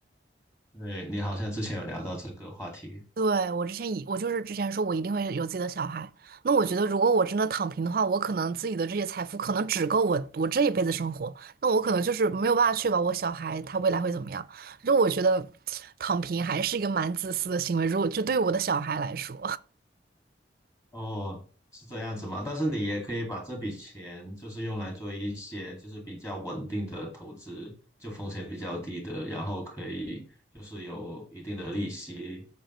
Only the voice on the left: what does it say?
对，你好像之前有聊到这个话题。
哦，是这样子吗？但是你也可以把这笔钱就是用来做一些就是比较稳定的投资，就风险比较低的，然后可以就是有一定的利息，